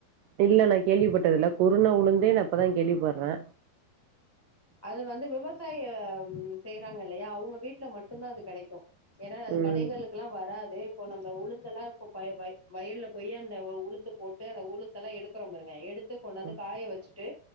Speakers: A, on the right; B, on the left.
A: இல்ல நா கேள்விப்பட்டது இல்ல குருண உளுந்தே நா இப்பதா கேள்விப்படுறே
B: அது வந்து விவசாயம் செய்றாங்க இல்லையா அவுங்க வீட்டுல மட்டுதா அது கெடைக்கு ஏன்னா அது
A: ம்
B: கடைகளுக் கெலா வராது அது இப்ப நம்ம உளுந்தெல்லா இப்ப பை வய வயல்ல போயி அந்த உளுந்து போட்டு அந்த உளுந்தெல்லா எடுக்றோ பாருங்க எடுத் து கொண்டு வந்து
A: ம்
B: காய வச்சுட்டு